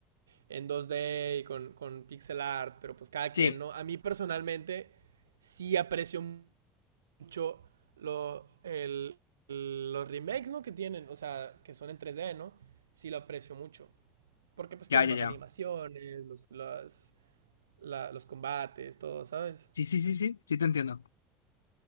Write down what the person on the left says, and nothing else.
Sí,
ya,
ya,
ya.
Sí, sí, sí, sí, sí, te entiendo.